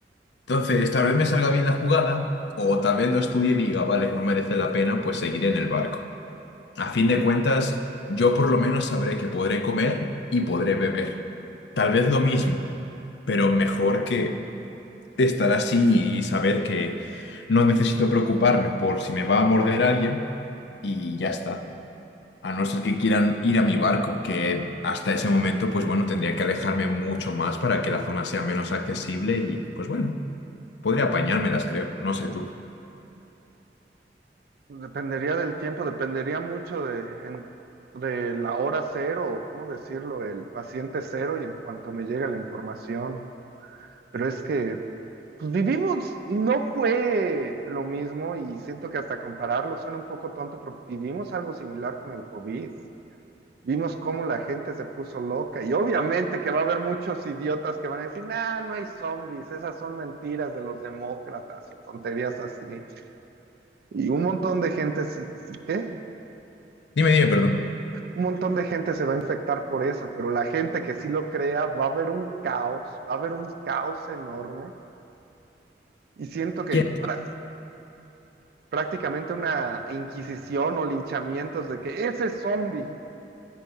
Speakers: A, on the left; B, on the right.
A: Entonces, tal vez me salga bien la jugada, o tal vez lo estudie y diga, vale, no merece la pena, pues seguiré en el barco. A fin de cuentas, yo por lo menos sabré que podré comer y podré beber. Tal vez lo mismo, pero mejor que estar así y saber que no necesito preocuparme por si me va a morder alguien y ya está. A no ser que quieran ir a mi barco, que hasta ese momento, pues bueno, tendría que alejarme mucho más para que la zona sea menos accesible y, pues bueno, podría apañármelas, creo. No sé tú.
B: pues, Dependería del tiempo, dependería mucho de, en- de la hora cero o, ¿cómo decirlo?, el paciente cero y en cuanto me llega la información. Pero es que, pues vivimos, no fue lo mismo y siento que hasta compararlo suena un poco tonto, pero vivimos algo similar con el COVID. Vimos cómo la gente se puso loca y obviamente que va a haber muchos idiotas que van a decir, nah, no hay zombies, esas son mentiras de los demócratas o tonterías así. Y un montón de gente, ¿qué?
A: Dime, dime, perdón.
B: un montón de gente se va a infectar por eso, pero la gente que sí lo crea va a haber un caos, va a haber un caos enorme y siento que
A: ¿Quién?
B: prá- prácticamente una inquisición o linchamientos de que ese es zombie